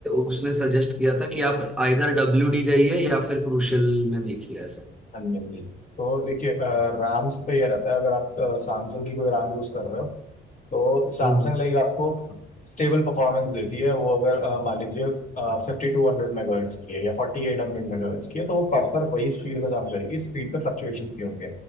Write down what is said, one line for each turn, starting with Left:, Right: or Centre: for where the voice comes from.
Centre: उसने सजेस्ट किया था कि आप आइदर डब्ल्यूडी जाइए या फिर क्रूशल में देखिए ऐसा
Left: हाँ जी हाँ जी तो देखिए अ, राम्स पे ये रहता है अगर आप अ, Samsung की कोई राम यूज़ कर रहे हो तो सैमसंग
Centre: हम्म
Left: लाइक आपको स्टेबल परफॉर्मेंस देती है वो अगर अ, मान लीजिए फिफ्टी टू हंड्रेड मेगाहर्ट्ज की है या फोर्टी एट हंड्रेड मेगाहर्ट्ज की है तो वो प्रॉपर वही स्पीड पे काम करेगी स्पीड पे फ्लक्चुएशन भी होंगे